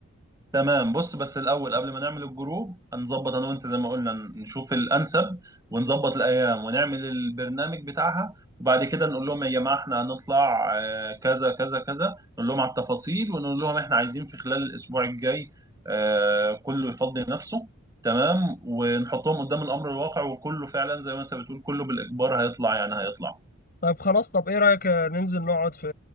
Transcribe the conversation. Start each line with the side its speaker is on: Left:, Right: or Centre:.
Right: تمام بص بس الاول قبل ما نعمل الجروب هنظبط انا وانت زي ما قلنا نشوف الانسب ونظبط الايام ونعمل البرنامج بتاعها وبعد كده نقول لهم يا جماعه احنا هنطلع آه، كذا كذا كذا نقول لهم على التفاصيل ونقول لهم احنا عايزين في خلال الاسبوع الجاي آه، كله يفضي نفسه تمام ونحطهم قدام الامر الواقع وكله فعلا زي ما انت بتقول كله بالاجبار هيطلع يعني هيطلع
Left: طيب خلاص طب ايه رايك ننزل نقعد في